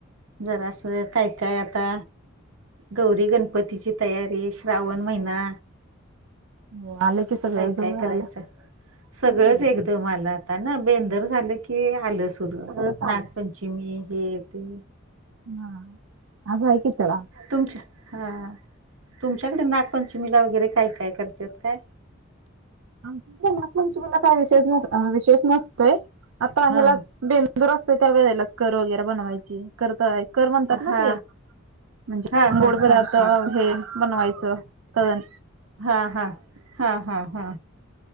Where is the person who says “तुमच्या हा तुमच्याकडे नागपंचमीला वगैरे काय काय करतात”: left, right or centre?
Right